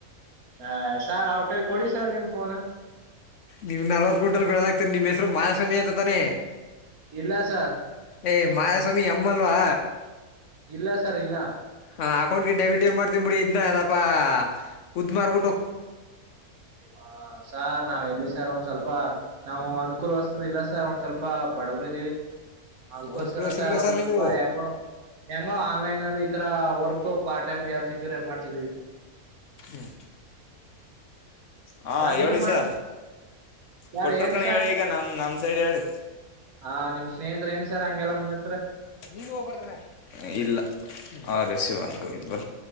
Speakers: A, on the right; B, on the left.
A: ಹ ಸಾರ್ ಅವ್ರ ಕೈ ಕೊಡಿ ಸರ್ ನಿಮ್ ಫೋನ್
B: ನಿಮ್ ನಲ್ವತ್ ಕ ಕುಂಟಲ್ ಬೆಳದಾಗ್ತರಿ ನಿಮ್ ಹೆಸರು ಮಾಯಾ ಸಮಯ ಅತ್ತ ತಾನೆ
A: ಇಲ್ಲಸ
B: ಏ್ ಮಾಸವಾಮಿ ಎ ಅಲ್ವಾ
A: ಇಲ್ಲ ಸರ್ ಇಲ್ಲ
B: ಹ ಅಕೌಂಟ್ಗೆ ಡೆಬಿಟ್ ಏ ಮಾಡ್ತನ್ ಬಿಡಿ ಇದನ್ನ ಅದಪ್ಪಾ ಉದ್ ಮಾರ್ಬಿಟ್ಟು
A: ಹ ಸಾರ್ ನಾವ್ ಎಲ್ಲಿ ಸರ್ ಒಂದ್ ಸ್ವಲ್ಪ ನಾವು ಅನುಕೂಲವಸ್ತರು ಇಲ್ಲ ಸರ್ ಒಂದ್ ಸ್ವಲ್ಪ ಬಡವರು ಇದೀವಿ ಅದಕ್ಕೋಸ್ಕರ
B: ಅವ್ನ್ ಕ್ಲೋಸ್
A: ಸರ್
B: ಇಲ್ಲ
A: ಒಂದ್ ಸ್ವಲ್ಪ
B: ನೀವು
A: ಹೆಂಗ ಹೆಂಗ ಆನ್ಲೈನ್ ಅಲ್ಲಿ ಈ ತರ ವರ್ಕ್ ಪಾರ್ಟ್ ಟೈಮ್ ಯಾವ ಸಿಕ್ಕ್ರೆ ಮಾಡ್ತಿದರಿ
B: ಹ್ಮ್ ಹಾ
A: ಸರ್
B: ಹೇಳಿ
A: ನೀವ್ ಮಾಡ
B: ಸ
A: ಸರ್
B: ಕೊಟರು
A: ಏನ್
B: ಕಣ ಹೇಳಿ ಈಗ ನಮ್ ನಮ್ ಸೈಡ್ ಹೇಳಿ
A: ಹಾ ನಿಮ್ಮನೇಹ್ರ ಏನು ಸರ್ ಹಂಗೆಲ್ಲ ಬಂದಿು
B: ನೀ ಹೋಗ್ಬರ್ತ ಇಲ್ಲ ಹಾ ರೆ ಶಿವನ್ ಕ ಬ